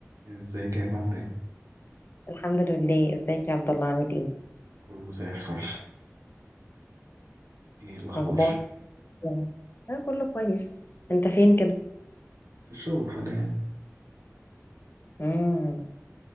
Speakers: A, on the right (about 75°); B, on the left (about 45°).
A: ازيك يا هبة عاملة ايه؟
B: الحمد لله ازيك يا عبد الله عامل ايه
A: كله زي الفل ايه الأخبار؟
B: اخبار اه كله كويس انت فين كده
A: في الشغل حاليا
B: امم